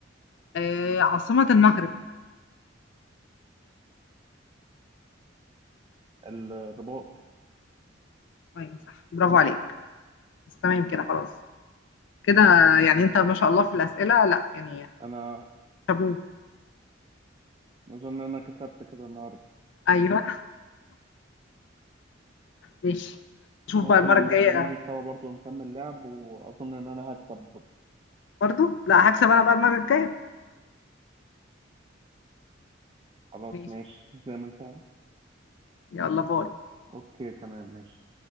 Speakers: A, on the left (about 65°); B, on the right (about 25°).
A: آه عاصمة المغرب
B: الرباط
A: ايوه صح برافو عليك بس تمام كده خلاص كده يعني انت ما شاء الله في الأسئلة لا يعني
B: انا
A: شابوه
B: اظن ان انا كسبت كده النهارده
A: ايوه ماشي نشوف
B: ممكن
A: بقى المرة
B: لما
A: الجاية
B: نبقى ننزل سوا برضو نكمل لعب واظن ان انا هكسب برضو
A: برضو لا هكسب انا بقى المرة الجاية
B: خلاص
A: ماشي
B: ماشي زي ما انت عايز
A: يلا باي
B: اوكي تمام ماشي